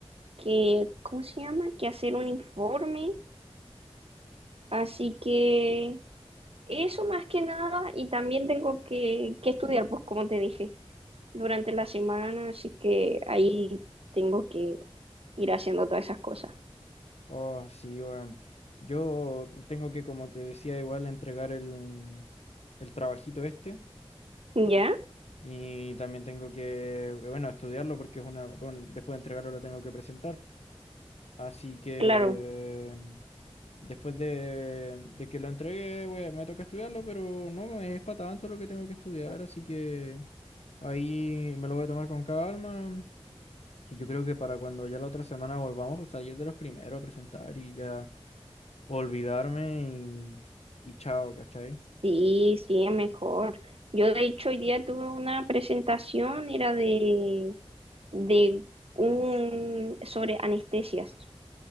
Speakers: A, on the right; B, on the left.
A: que, ¿cómo se llama? Que hacer un informe. Así que Eso más que nada, y también tengo que, que estudiar, pues como te dije, durante la semana, así que ahí tengo que ir haciendo todas esas cosas.
B: Oh, sí, weón. Yo tengo que, como te decía, igual entregar el, el trabajito este.
A: ¿Ya?
B: Y también tengo que, bueno, estudiarlo porque es una, bueno, después de entregarlo lo tengo que presentar. Así que
A: Claro,
B: mm, después de, de que lo entregué, we- me toca estudiarlo, pero no es para tanto lo que tengo que estudiar. Así que ahí me lo voy a tomar con calma. Y yo creo que para cuando ya la otra semana volvamos a salir de los primeros a presentar y ya. olvidarme y, y chao, ¿cachai?
A: sí, sí, es mejor. Yo de hecho hoy día tuve una presentación, era de, de un, sobre anestesias.